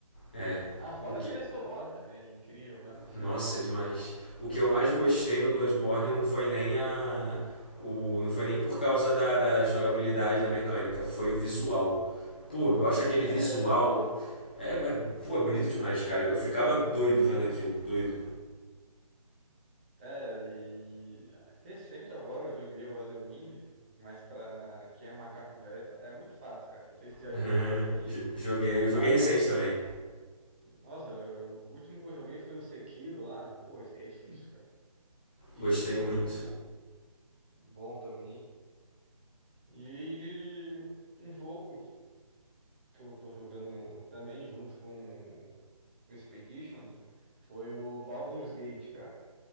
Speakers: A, on the left; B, on the right.
A: é.
B: Ah, fora
A: O que.
B: a trilha sonora também, incrível, me apaixonei.
A: Nossa, demais. O que eu mais gostei no Bloodborne não foi nem a. O, não foi nem por causa da, da jogabilidade, da mecânica, foi o visual. Pô, eu acho aquele
B: É,
A: visual. É, é, pô, é bonito demais, cara. Eu ficava doido vendo aquilo, doido.
B: É, e recente agora eu joguei o Elden Ring, mas pra quem é macaco velho tá- é muito fácil, cara. Não sei se tu já
A: <laughs>
B: jogou o Elden Ring
A: Jo- Joguei,
B: comparado.
A: eu joguei recente também.
B: Nossa, o último que eu joguei foi o Sekiro lá. Ô, esse aí é difícil, cara. E
A: Gostei
B: esse eu sofri
A: muito.
B: um pouco. Bom também. E um jogo que eu tô jogando também junto com o Expedition foi o Baldur's Gate, cara.